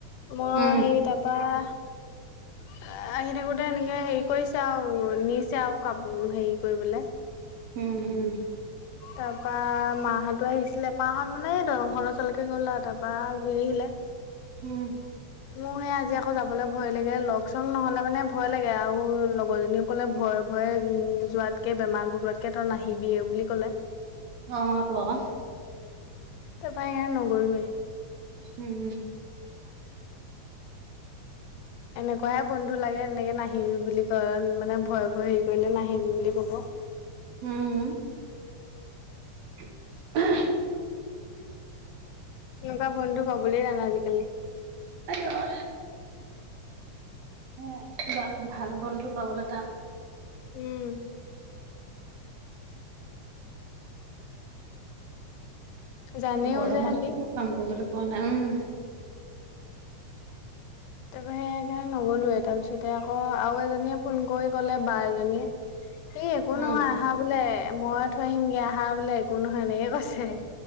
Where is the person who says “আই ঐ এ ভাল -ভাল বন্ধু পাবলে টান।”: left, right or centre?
Right